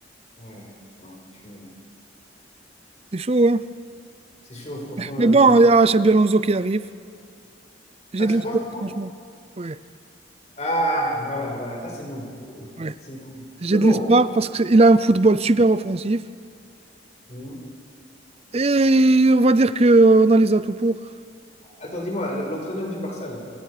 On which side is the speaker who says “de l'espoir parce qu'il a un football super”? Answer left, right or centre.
Right